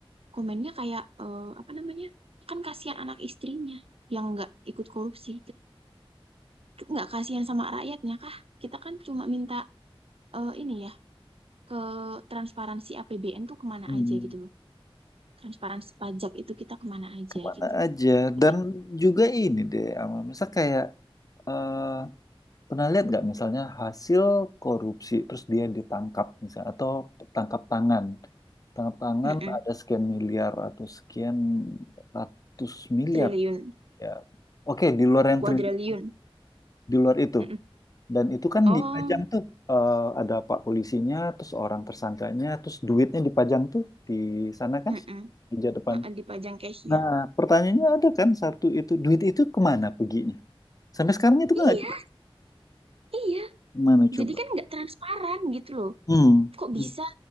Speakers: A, on the right; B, on the left.
A: komennya kayak eh, apa namanya kan kasihan anak istrinya yang nggak ikut korupsi nggak kasihan sama rakyatnya kah? Kita kan cuma minta eh, ini ya ke transparansi APBN tuh kemana
B: Hmm,
A: aja gitu loh. Transparansi pajak itu kita kemana aja
B: kemana
A: gitu.
B: aja?
A: Ada.
B: Dan juga ini deh, Amal. Misal kayak eh, Pernah lihat nggak misalnya hasil korupsi terus dia ditangkap misalnya atau tangkap tangan. Tangkap tangan
A: Mm-mm.
B: ada sekian miliar atau sekian ratus miliar
A: Triliun,
B: ya. Oke, di luar yang
A: kuadriliun.
B: triliun di luar itu.
A: Mm-mm.
B: Dan itu kan
A: Oh,
B: dipajang tuh eh, ada pak polisinya, terus orang tersangkanya, terus duitnya dipajang tuh di sana kan
A: mm-mm.
B: meja depan.
A: Mm-mm, Dipajang cashnya.
B: Nah, pertanyaannya ada kan satu itu duit itu kemana peginya? Sampai sekarang itu
A: Iya,
B: kan nggak jelas.
A: iya.
B: Kemana coba?
A: Jadi kan nggak transparan gitu loh.
B: Hmm.
A: Kok
B: hmm.
A: bisa?